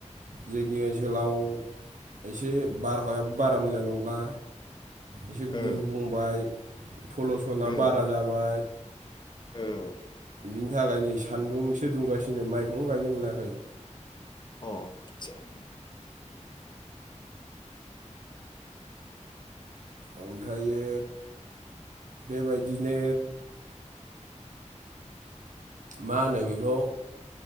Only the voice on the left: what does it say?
ओ
ओ
ओ
अ आदसा। <inaudible>